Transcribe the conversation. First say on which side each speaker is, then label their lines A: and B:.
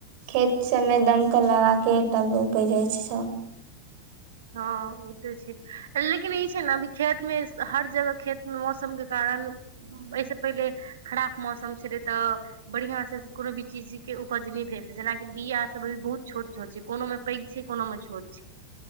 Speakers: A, on the right (about 55°); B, on the right (about 70°).
A: खेत सभ मे दमकल लगा के तब रोपै जाइ छै।
B: हँ ओते छै, लेकिन ई छै न अभी खेत मे हर जगह खेत मे मौसम के कारण ओयिसे पहिले खराक मौसम छलए त बढ़ियां से कोनो भी चीजी के उपज ने भेल रहे जेनाकी बिया सब अभी बहुत छोट छोट छै कोनो मे पैघ छै कोनो मे छोट छै।